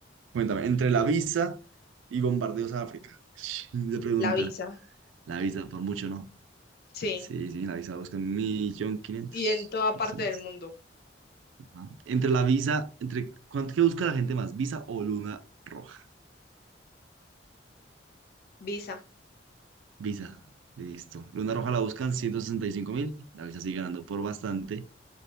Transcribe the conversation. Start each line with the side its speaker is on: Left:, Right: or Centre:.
Right: cuéntame, entre la visa y bombardeos a África. <laughs> Se pregunta,
Left: La Visa,
Right: la visa por mucho, ¿no?
Left: sí.
Right: Sí, sí, la visa busca un millón quinientos
Left: Y en toda
Right: personas.
Left: parte del mundo.
Right: Ajá. Entre la visa, entre, ¿cuánto que busca la gente más? ¿Visa o luna roja?
Left: Visa.
Right: Visa, listo. Luna roja la buscan ciento sesenta y cinco mil, la visa sigue ganando por bastante.